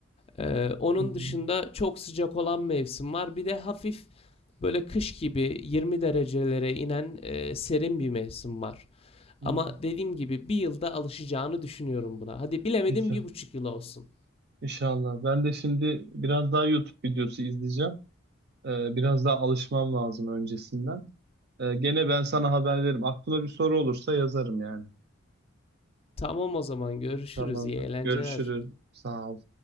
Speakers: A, on the left; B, on the right.
A: Ee, onun
B: Hı hı.
A: dışında çok sıcak olan mevsim var. Bir de hafif böyle kış gibi 20 derecelere inen e, serin bir mevsim var. Ama
B: Hı.
A: dediğim gibi bir yılda alışacağını düşünüyorum buna. Hadi bilemedim
B: Güzel.
A: bir buçuk yıl olsun.
B: İnşallah. Ben de şimdi biraz daha YouTube videosu izleyeceğim. Ee, biraz daha alışmam lazım öncesinden. Ee, gene ben sana haber veririm. Aklına bir soru olursa yazarım yani.
A: Tamam o zaman görüşürüz.
B: Tamamdır.
A: İyi eğlenceler.
B: Görüşürüz. Sağ ol.